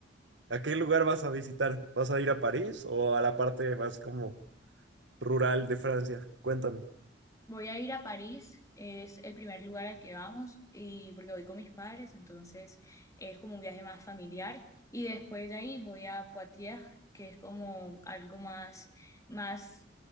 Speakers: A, on the right (about 70°); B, on the left (about 20°).
A: ¿a qué lugar vas a visitar? ¿Vas a ir a París o a la parte más como rural de Francia? Cuéntame.
B: Voy a ir a París, es el primer lugar al que vamos y porque voy con mis padres, entonces es como un viaje más familiar y después de ahí voy a Poitiers, que es como algo más más